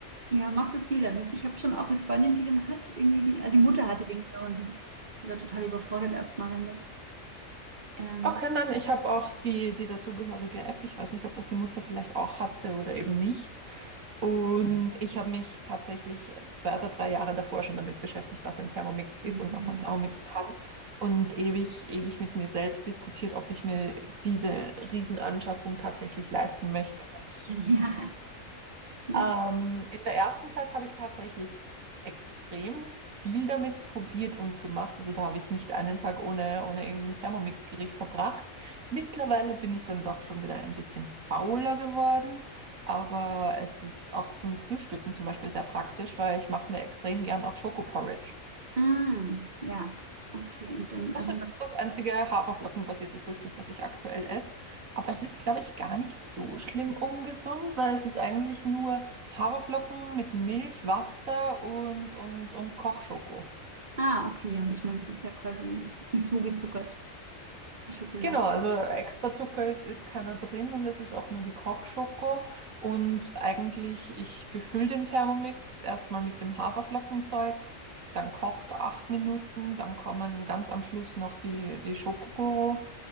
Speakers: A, on the right (about 40°); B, on the right (about 80°).
A: Ja, machst du viel damit. Ich habe schon auch eine Freundin, die den hat, irgendwie die, ah, die Mutter hatte den genau und die, sie war total überfordert erstmal damit. Ähm.
B: Okay, nein, ich habe auch die, die dazugehörige App. Ich weiß nicht, ob das die Mutter vielleicht auch hatte oder eben nicht. Und ich habe mich tatsächlich zwei oder drei Jahre davor schon damit beschäftigt, was ein Thermomix
A: <laughs>
B: ist und was ein Thermomix kann. Und ewig, ewig mit mir selbst diskutiert, ob ich mir diese Riesenanschaffung tatsächlich leisten möchte oder nicht.
A: Ja, genau.
B: Ähm, in der ersten Zeit habe ich tatsächlich extrem viel damit probiert und gemacht. Also da habe ich nicht einen Tag ohne, ohne irgendein Thermomix-Gericht verbracht. Mittlerweile bin ich dann doch schon wieder ein bisschen fauler geworden. Aber es ist auch zum Frühstücken zum Beispiel sehr praktisch, weil ich mache mir extrem gern auch Schokoporridge.
A: Hm. Ja, okay. Und dann,
B: Das
A: also,
B: ist das einzige haferflockenbasierte Frühstück, das ich aktuell esse. Aber es ist, glaube ich, gar nicht so schlimm ungesund, weil es ist eigentlich nur Haferflocken mit Milch, Wasser und, und, und Kochschoko.
A: ah, okay, ja, und ich meine, es ist ja quasi nicht so gezuckert, die Schokolade.
B: Genau, also extra Zucker ist, ist keiner drin und es ist auch nur die Kochschoko. Und eigentlich, ich befülle den Thermomix erstmal mit dem Haferflockenzeug, dann kocht er acht Minuten, dann kommen ganz am Schluss noch die, die Schoko.